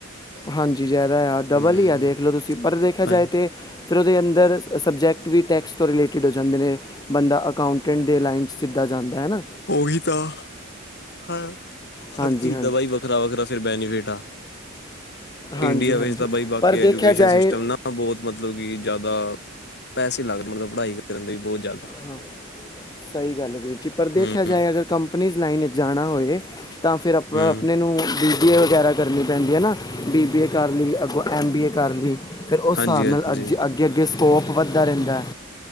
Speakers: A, on the left; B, on the left.
A: ਹਾਂਜੀ ਜ਼ਿਆਦਾ ਆ ਡਬਲ
B: ਹਮ
A: ਹੀ ਆ ਦੇਖ ਲੋ ਤੁਸੀਂ, ਪਰ ਦੇਖਿਆ ਜਾਏ
B: ਹਾਂਜੀ
A: ਤੇ ਫਿਰ ਉਹਦੇ ਅੰਦਰ ਸਬਜੈਕਟ ਵੀ ਟੈਕਸਟ ਤੋਂ ਰਿਲੇਟਿਡ ਹੋ ਜਾਂਦੇ ਨੇ ਬੰਦਾ ਅਕਾਉਂਟੈਂਟ ਦੇ ਲਾਈਨ 'ਚ ਸਿੱਧਾ ਜਾਂਦਾ ਹੈ ਨਾ
B: ਉ ਵੀ ਤਾਂ, ਹ
A: ਹਾਂਜੀ
B: ਹਰ ਚੀਜ਼
A: ਹਾਂ
B: ਦਾ ਬਈ ਵੱਖਰਾ ਵੱਖਰਾ ਫਿਰ ਬੈਨੀਫਿਟ ਆ
A: ਹਾਂਜੀ
B: ਇੰਡੀਆ
A: ਹਾਂਜੀ
B: ਵਿੱਚ ਤਾਂ ਬਾਈ ਬਾਕੀ
A: ਪਰ
B: ਐਜੂਕੇਸ਼ਨ
A: ਦੇਖਿਆ ਜਾਏ
B: ਸਿਸਟਮ ਨਾ ਬਹੁਤ ਮਤਲਬ ਕਿ ਜ਼ਿਆਦਾ ਪੈਸੇ ਲੱਗਦੇ ਮਤਲਬ ਪੜ੍ਹਾਈ ਕਰਨ ਦੇ ਵੀ ਬਹੁਤ ਜ਼ਿਆਦਾ
A: ਹਾਂ ਸਹੀ ਗੱਲ ਹੈ ਵੀਰ ਜੀ ਪਰ ਦੇਖਿਆ
B: ਹਮ
A: ਜਾਵੇ ਅਗਰ ਕੰਪਨੀਜ਼ ਲਾਈਨ ਚ ਜਾਣਾ ਹੋਵੇ ਤਾਂ ਫਿਰ ਆਪ
B: ਹਮ
A: ਆਪਣੇ ਨੂੰ ਉਹ ਬੀ ਬੀ ਏ ਵਗੈਰਾ ਕਰਨੀ ਪੈਂਦੀ ਹੈ ਨਾ, ਬੀ ਬੀ ਏ ਕਰ ਲਈ, ਅੱਗੋਂ ਐਮ ਬੀ ਏ ਕਰ ਲਈ ਫਿਰ ਉਸ ਹਿਸਾਬ
B: ਹਾਂਜੀ ਹਾਂਜੀ
A: ਨਾਲ ਅ ਅੱਗੇ ਅੱਗੇ ਸਕੋਪ ਵਧਦਾ ਰਹਿੰਦਾ ਹੈ